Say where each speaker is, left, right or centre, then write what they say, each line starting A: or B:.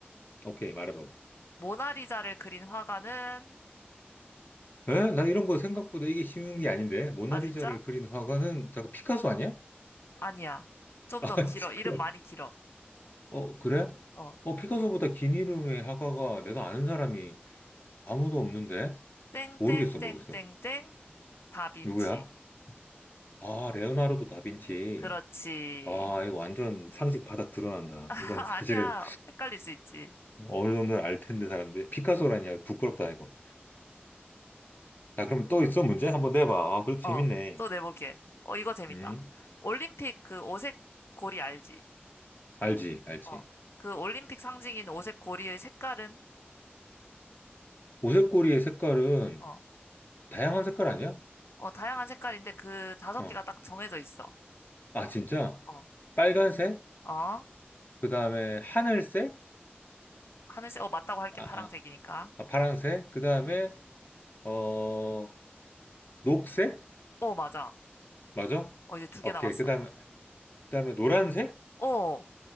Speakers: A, on the left; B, on the left.
A: 오케이, 말해봐봐.
B: 모나리자를 그린 화가는,
A: 에? 나 이런 거 생각보다 이게 쉬운 게 아닌데? 모나리자를
B: 아, 진짜?
A: 그린 화가는, 잠깐, 피카소 아니야? <laughs>
B: 아니야. 좀
A: 아,
B: 더 길어.
A: 진짜
B: 이름
A: 큰일
B: 많이
A: 났
B: 길어.
A: 어, 그래?
B: 어,
A: 어, 피카소보다 긴 이름의 화가가 내가 아는 사람이 아무도 없는데?
B: 땡땡땡땡땡,
A: 모르겠어, 모르겠어.
B: 다빈치.
A: 누구야? 아, 레오나르도 다빈치.
B: 그렇지.
A: 아, 이거 완전 상식 바닥 드러난다.
B: <laughs> 아니야.
A: 이건 사실은
B: 헷갈릴 수 있지.
A: 어느 정도는 알 텐데 사람들이 피카소라니야 부끄럽다 이거. 야 그럼
B: 그러면?
A: 또 있어 문제? 한번 내봐. 아 그래도 재밌네.
B: 어, 또 내볼게. 어, 이거 재밌다.
A: 음
B: 올림픽 그 오색 고리 알지?
A: 알지 알지.
B: 어, 그 올림픽 상징인 오색 고리의 색깔은
A: 오색고리의 색깔은
B: 어,
A: 다양한 색깔 아니야?
B: 어, 다양한 색깔인데 그 다섯
A: 어.
B: 개가 딱 정해져 있어.
A: 아 진짜?
B: 어,
A: 빨간색?
B: 어,
A: 그 다음에 하늘색?
B: 하늘색, 어, 맞다고 할게
A: 아,
B: 파란색이니까.
A: 아, 아, 파란색? 그 다음에
B: 응?
A: 어 녹색?
B: 어, 맞아.
A: 맞아?
B: 어, 이제 두 개
A: 오케이.
B: 남았어.
A: 그 다음에 그 다음에 노란색?
B: 어,